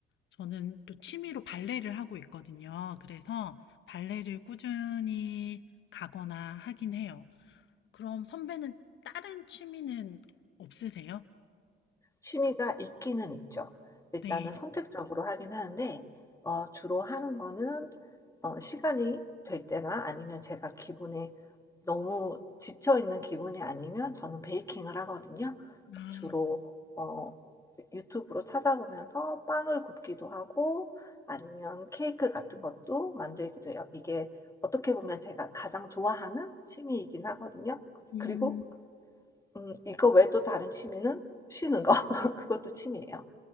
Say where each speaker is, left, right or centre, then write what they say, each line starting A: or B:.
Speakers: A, on the left; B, on the left.
A: 저는 또 취미로 발레를 하고 있거든요. 그래서 발레를 꾸준히 가거나 하긴 해요. 그럼 선배는 다른 취미는 없으세요?
B: 취미가 있기는 있죠. 일단은
A: 네.
B: 선택적으로 하긴 하는데 어, 주로 하는 거는 어, 시간이 될 때나 아니면 제가 기분에 너무 지쳐 있는 기분이 아니면 저는 베이킹을 하거든요. 그러니까
A: 아,
B: 주로 어 유튜브로 찾아보면서 빵을 굽기도 하고 아니면 케이크 같은 것도 만들기도 해요. 이게 어떻게 보면 제가 가장 좋아하는 취미이긴 하거든요.
A: 음,
B: 그리고 음 이거 외에 또 다른 취미는 쉬는 거 <laughs> 그것도 취미예요.